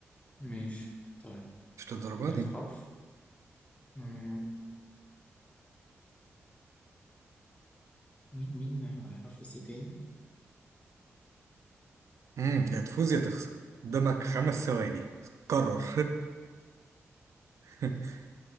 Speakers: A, on the left; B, on the right.
A: ماشي طيب
B: مش للدرجه
A: تالت
B: دي
A: حرف مم، مين مين حرف سي تاني
B: مم. يا تفوز يا تخسر قدامك خمس ثواني قرر <laughs>